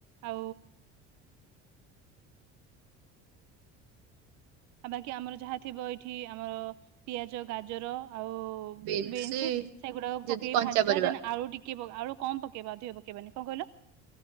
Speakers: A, on the right (about 60°); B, on the right (about 75°).
A: ଆଉ। ଆଉ ବାକି ଆମର ଯାହା ଥିବ ଏଇଠି ଆମର ପିଆଜ, ଗାଜର ଆଉ
B: ବିନ୍ସି
A: ବିନ୍ସ ସେଗୁଡାକ
B: ଯଦି
A: ପକେଇକି
B: କଞ୍ଚା
A: ଭାଜିବା
B: ପରିବା
A: ଦେନ୍ ଆଳୁ ଟିକେ କେବ ଆଳୁ କମ ପକେଇବ ଅଧିକ ପକେଇବନି କଣ କହିଲ?